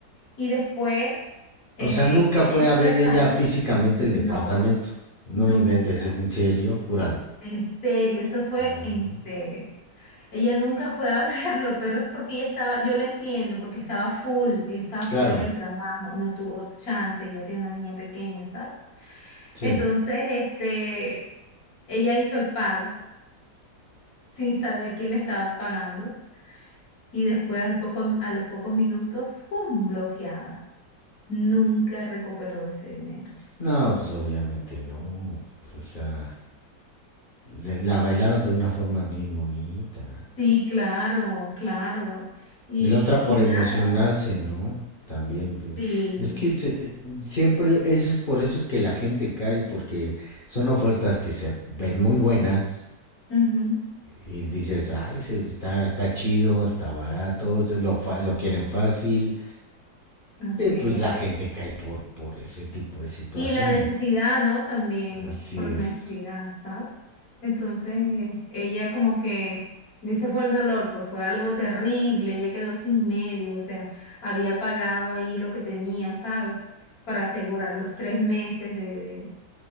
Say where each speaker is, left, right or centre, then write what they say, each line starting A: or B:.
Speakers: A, on the left (about 55°); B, on the left (about 35°).
A: Y después eh,
B: O sea, nunca
A: que ella
B: fue
A: hizo
B: a ver
A: el
B: ella
A: pago,
B: físicamente
A: no,
B: el departamento. No
A: nunca.
B: inventes, es en serio, júralo.
A: En serio, eso fue
B: Mm,
A: en serio. Ella nunca fue a <laughs> verlo, pero es porque ella estaba, yo la entiendo, porque estaba full, ella estaba full
B: Claro,
A: en el trabajo, no tuvo chance, ella tiene una niña pequeña, ¿sabes?
B: sí.
A: Entonces, este, ella hizo el pago sin saber a quién le estaba pagando y después al poco, a los pocos minutos, ¡pum!, bloqueada. Nunca recuperó ese dinero.
B: No, pues obviamente no. O sea, le- la bailaron de una forma bien bonita.
A: Sí, claro, claro. Y,
B: Y la otra por
A: y
B: emocionarse,
A: nada,
B: ¿no? También. pues,
A: sí,
B: Es que se- eh, siempre, eso es por eso es que la gente cae, porque son ofertas que se ven muy buenas
A: ujú,
B: y dices, ay, se- está, está chido, está barato, se lo, fa- lo quieren fácil.
A: Así
B: Eh, pues
A: es.
B: la gente cae por, por ese tipo de situaciones.
A: Y la necesidad, ¿no? También
B: Así
A: por
B: es.
A: necesidad, ¿sabes? Entonces, eh, ella como que, ese fue el dolor, pues fue algo terrible, ella quedó sin medio, o sea, había pagado ahí lo que tenía, ¿sabes? Para asegurar los tres meses de, de,